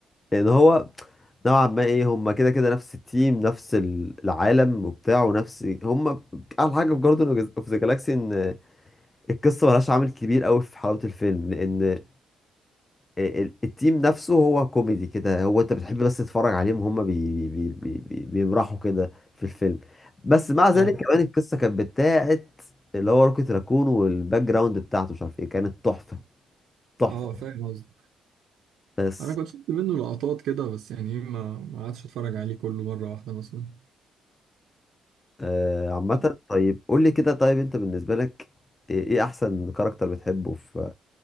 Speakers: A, on the left; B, on the right.
A: ان هو نوعا ما ايه هم كده كده نفس التيم نفس ال- العالم وبتاع ونفس هم احلى حاجة في جاردن اوف ذا جالاكسي ان القصة ملهاش عامل كبير قوي في حلاوة الفيلم لان آه، ال- التيم نفسه هو كوميدي كده هو انت بتحب بس تتفرج عليهم وهم بي بي بي بي بيمرحوا كده في الفيلم بس مع ذلك
B: اه
A: كمان القصه كانت بتاعت اللي هو روكيت راكون والباك جراوند بتاعته مش عارف ايه كانت تحفه تحفه
B: اه فاهم قصدك
A: بس
B: انا كنت شفت منه لقطات كده بس يعني إيه، ما ما عادش اتفرج عليه كله مره واحده مثلا
A: آه عامه
B: طب
A: طيب قول لي كده طيب انت بالنسبه لك ايه ايه احسن كاركتر بتحبه في